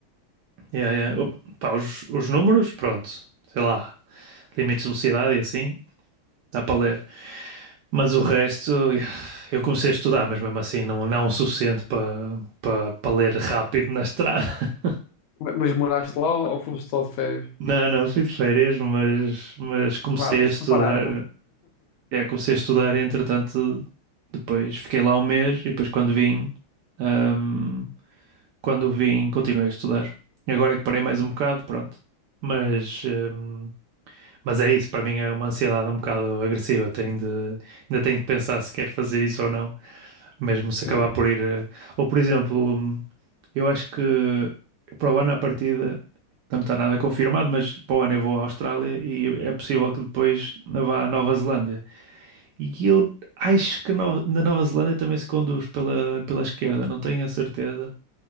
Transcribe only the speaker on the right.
Yeah, yeah. Oh, Pá, os, os números, pronto, sei lá, limites de velocidade e assim, dá para ler. Mas o resto, eu comecei a estudar, mas mesmo assim não, não o suficiente para para para ler rápido na estrada. <laughs>
Não, não, fui de férias, mas, mas comecei
a estudar.
eh, é, comecei a estudar, e, entretanto, depois fiquei lá um mês e depois quando vim, ahm, quando vim, continuei a estudar. E Agora é que parei mais um bocado, pronto. Mas, ahm, mas é isso, para mim é uma ansiedade um bocado agressiva. Tenho de, ainda tenho de pensar se quero fazer isso ou não. mesmo se
acabar por ir. eh, Ou, por exemplo, hum, eu acho que para o ano à partida não está nada confirmado, mas para o ano eu vou à Austrália e é possível que depois vá à Nova Zelândia. E eu acho que no- na Nova Zelândia também se conduz pela, pela esquerda, não tenho a certeza,